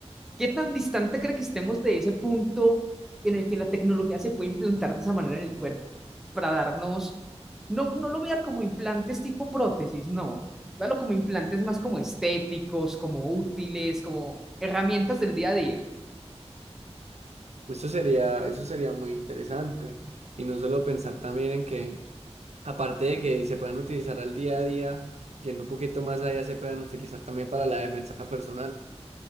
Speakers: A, in the centre; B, on the right.
A: ¿Qué tan distante cree que estemos de ese punto en el que la tecnología se puede implantar de esa manera en el cuerpo para darnos, no, no lo vea como implantes tipo prótesis, no, véalo como implantes más como estéticos, como útiles, como herramientas del día a día.
B: Eso sería, eso sería muy interesante. Y no solo pensar también en que, aparte de que se puedan utilizar al día a día, yendo un poquito más allá, se puedan utilizar también para la defensa personal,